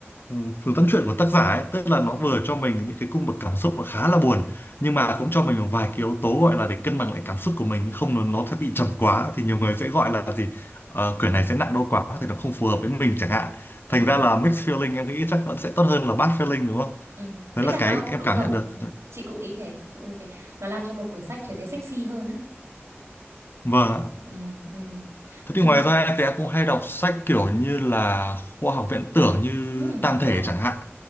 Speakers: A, on the left (about 50°); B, on the right (about 80°).
A: ừ, phương tâm chuyện của tác giả ấy tức là nó
B: ừ
A: vừa cho mình những cái cung bậc cảm xúc nó khá là buồn nhưng mà cũng cho mình một vài cái yếu tố gọi là để cân bằng lại cảm xúc của mình không nó nó sẽ bị trầm quá thì nhiều người sẽ gọi là gì Ờ, quyển này sẽ nặng đô quá thì nó không phù hợp với mình chẳng hạn
B: ừ
A: thành ra là mixed feeling em nghĩ chắc vẫn sẽ tốt hơn là bad feeling đúng không
B: ừ
A: đấy
B: với
A: là
B: cả nó
A: cái em
B: đúng
A: cảm
B: rồi
A: nhận được
B: đúng rồi chị cũng nghĩ thế chị cũng nghĩ thế nó làm cho một quyển sách trở nên sexy hơn á
A: vâng ạ
B: ừ ừ
A: Thế
B: nói chung
A: thì ngoài
B: là
A: ra thì em cũng hay đọc sách kiểu như là khoa học viễn tưởng như
B: ừ
A: Tam
B: thế
A: Thể
B: à
A: chẳng hạn.